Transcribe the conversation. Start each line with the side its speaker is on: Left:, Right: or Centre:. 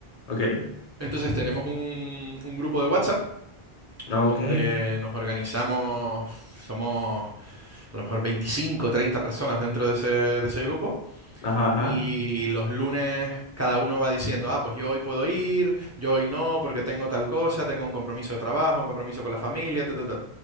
Left: Ok.
Right: Entonces tenemos un, un grupo de WhatsApp
Left: Ok.
Right: donde nos organizamos, somos a lo mejor 25 o 30 personas dentro de ese, de ese grupo.
Left: Ajá, ajá.
Right: Y los lunes cada uno va diciendo, ah, pues yo hoy puedo ir, yo hoy no, porque tengo tal cosa, tengo un compromiso de trabajo, un compromiso con la familia, ta, ta, ta".